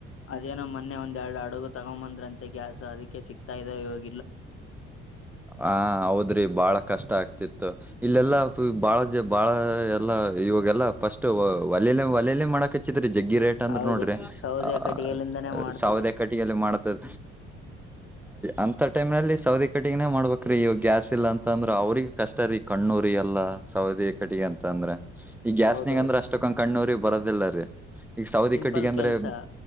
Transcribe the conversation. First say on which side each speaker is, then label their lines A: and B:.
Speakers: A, on the left; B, in the centre.
A: ಅದೇನೋ ಮೊನ್ನೆ ಒಂದ್ೆರಡು ಅಡುಗು ತಗೊಂಡ್ಂಬಂದ್ರಂತೆ ಗ್ಯಾಸ್ ಅದಕ್ಕೆ ಸಿಕ್ತಾ ಇದ ಹೋಗ
B: ಹ ಹೌದ್ರಿ ಬಾಳ ಕಷ್ಟ ಆಗ್ತಿತ್ತು ಇಲ್ಲೆಲ್ಲಾ ಬಾಳ ಬಾಳ ಎಲ್ಲಾ ಇವಾಗೆಲ್ಲ ಫಸ್ಟ್ ಒಲೆಲಿ ಒಲಲ್ಲ ಮಾಡಕ ಚಿ ಜಗ್ಗಿ ರೇಟ್ ಅಂದ್ರೆ
A: ಹೌದು
B: ನೋಡ್ರಿ
A: ಸೌದೆ
B: ಅ
A: ಕಟ್ಟಿಗೆಲಿಂದಾನೇ ಮಾಡ್ತಿದ್ರು
B: ಸಾವದ ಕಟ್ಟಿಗೆಲ್ಲಿ ಮಾಡತದ ಅಂತ ಟೈಮ್ ನಲ್ಲಿ ಸೌದಿ ಕಟ್ಟಗನೇ ಮಾಡ್ಬೇಕ್ರೀ ಗ್ಯಾಸ್ ಇಲ್ಲ ಅಂತ ಅಂದ್ರ ಅವ್ರಗ ಕಷ್ಟ ರೀ ಕಣ್ಣುರಿ ಎಲ್ಲ ಸೌದಿ ಕಟ್ಟಿಗೆ ಎಂತ ಅಂದ್ರೆ ಈ ಗ್ಯಾಸ್ನಗ
A: ಹೌದೌದು
B: ಅಂದ್ರೆ ಅಷ್ಟೊಕ್ಕ ಕಣ್ಣೂರಿ ಬರೋದಿಲ್ಲ ರೀ ಈಗ ಸೌದಿ
A: ಸಿಂಪಲ್
B: ಕಟ್ಟಿಗೆ ಅಂದ್ರೆ
A: ಕೆಲ್ಸ